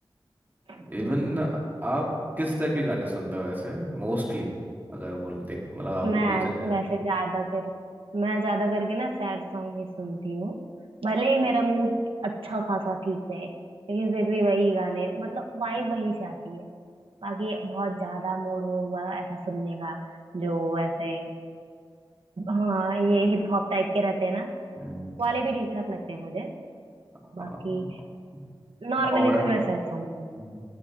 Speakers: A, on the right; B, on the right.
A: हाँ
B: इवन आप किस टाइप के गाने सुनते हो वैसे मोस्टली अगर बोल देख मतलब आपको
A: मैं
B: पूछा जाए
A: वैसे ज्यादा कर मैं ज्यादा करके ना सैड सॉन्ग ही सुनती हूँ भले ही मेरा मूड अच्छा खासा ठीक रहे लेकिन फिर भी वही गाने मतलब वाइब वहीं से आती है बाकी बहुत ज्यादा मूड वो हुआ ऐसा सुनने का जो ऐसे हाँ ये हिप हॉप टाइप के रहते हैं ना
B: हम्म,
A: वाले भी ठीक ठाक लगते हैं मुझे
B: हाँ,
A: बाकी नॉर्मली
B: और
A: तो मैं सैड सॉन्ग सुनती
B: हम्म,
A: हूँ